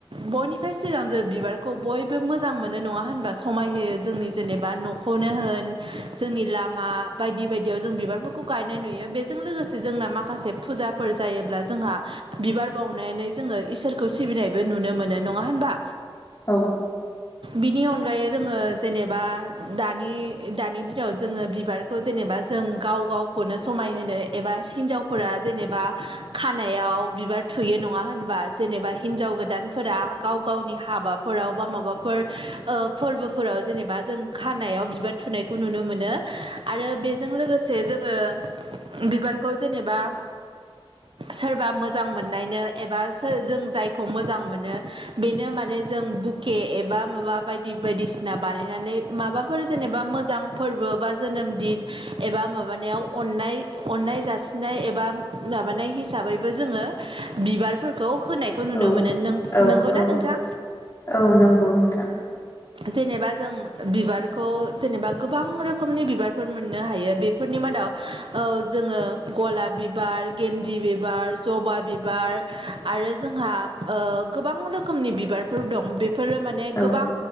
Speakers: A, on the right; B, on the left.
A: बयनिफ्राय सिगां जों बिबार, खौ बयबो मोजां मोनो नङा होनबा समाय होयो जोंनि जेनेबा न'खौनो होन, जोंनि लामा बायदि बायदियाव जों बिबारफोरखौ गायनाय नुयो बेजों लोगोसे जोंना माखासे फुजाफोर, जायोब्ला जोंहा बिबार बावनानै जोङो इसोरखौ सिबिनायबो नुनो मोनो नङा होनबा?
B: औ
A: बिनि अनगायै जोङो जेनेबा दानि दानि, <unintelligible> जोङो बिबारखौ जेनेबा जों गाव गावखौनो समायहोनो एबा हिनजावफोरा जेनेबा, खानायाव बिबार थुयो नङा होनबा जेनेबा हिनजाव गोदानफोरा गाव गावनि हा, माबाफोराव बा माबाफोर ओ फोरबोफोराव जेनेबा जों खानायाव बिबार थुनाय, खौ नुनो मोनो आरो बेजों लोगोसे जों, <unintelligible> बिबारखौ जेनेबा, सोरबा मोजां मोननायनो एबा जों जायखौ मोजां मोनो बेनो माने जों बुके एबा माबा बायदि बायदिसिना बानायनानै माबाफोर जेनेबा मोज मोजां फोरबो बा जोनोम दिन एबा माबानायाव अननाय अननाय जासिनाय एबा माबानाय हिसाबैबो जोङो बिबारफोरखौ, होनायखौ नुनो
B: औ
A: मोनो नों
B: औ
A: नंगौना
B: औ
A: नोंथां,
B: औ नंगौ नोंथां
A: जेनेबा जों बिबारखौ जेनेबा गोबां रोखोमनि बिबारफोर मोननो हायो बेफोरनि मादाव औ जोंङो गलाब बिबार, गेन्जि बिबार जबा बिबार आरो जोंहा ओ गोबां रोखोमनि बिबारफोर दं बेफोरो माने
B: औ
A: गोबां